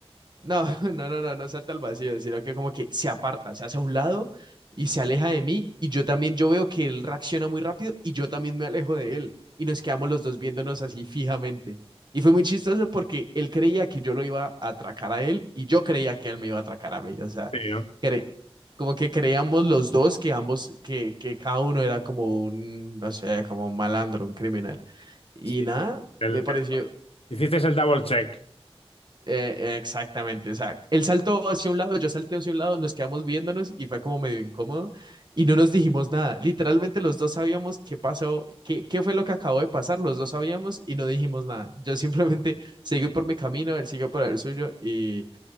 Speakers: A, on the right; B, on the left.
A: no, <laughs> no, no, no, no salta al vacío, sino que como que se aparta, se hace a un lado y se aleja de mí y yo también, yo veo que él reacciona muy rápido y yo también me alejo de él y nos quedamos los dos viéndonos así fijamente. Y fue muy chistoso porque él creía que yo lo iba a atracar a él y yo creía que él me iba a atracar a mí, o sea,
B: sí, ¿no?
A: cre- como que creíamos los dos que ambos, que, que cada uno era como un, no sé, como un malandro, un criminal. Y
B: Sí.
A: nada,
B: El-
A: me
B: el-
A: pareció,
B: hiciste el double check.
A: eh, exactamente, o sea, él saltó hacia un lado, yo salté hacia un lado, nos quedamos viéndonos y fue como medio incómodo y no nos dijimos nada. Literalmente los dos sabíamos qué pasó, qué, qué fue lo que acabó de pasar, los dos sabíamos y no dijimos nada. Yo simplemente <laughs> seguí por mi camino, él siguió por el suyo y,